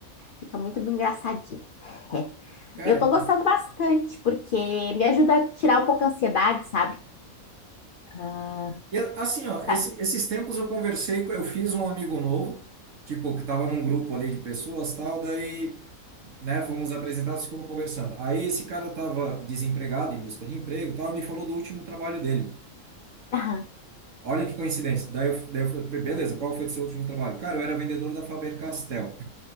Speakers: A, on the left; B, on the right.
A: Fica muito bem engraçadinho. É.
B: Cara,
A: Eu tô gostando bastante, porque me ajuda a tirar um pouco a ansiedade, sabe? Ah,
B: e a- assim, ó,
A: sabe?
B: esse- esses tempos eu conversei, com- eu fiz um amigo novo, tipo, que tava num grupo ali de pessoas, tal, daí, né, fomos apresentados, ficamos conversando. Aí esse cara tava desempregado, em busca de emprego, tal, e me falou do último trabalho dele.
A: Aham.
B: Olha que coincidência. Daí eu, daí eu falei, beleza, qual foi o seu último trabalho? Cara, eu era vendedor da Faber-Castell.